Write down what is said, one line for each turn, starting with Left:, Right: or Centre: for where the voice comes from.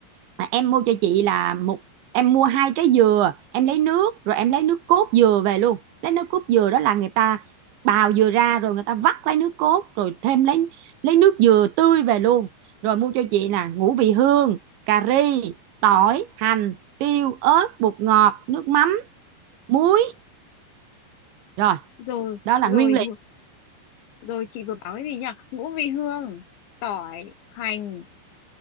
Right: À, em mua cho chị là một em mua hai trái dừa em lấy nước rồi em lấy nước cốt dừa về luôn lấy nước cốt dừa đó là người ta bào dừa ra rồi người ta vắt lấy nước cốt rồi thêm lấy lấy nước dừa tươi về luôn rồi mua cho chị là ngũ vị hương cà ri tỏi hành tiêu ớt bột ngọt nước mắm muối rồi
Left: rồi
Right: đó là
Left: rồi
Right: nguyên liệu
Left: ngũ- rồi chị vừa bảo cái gì nhỉ ngũ vị hương tỏi hành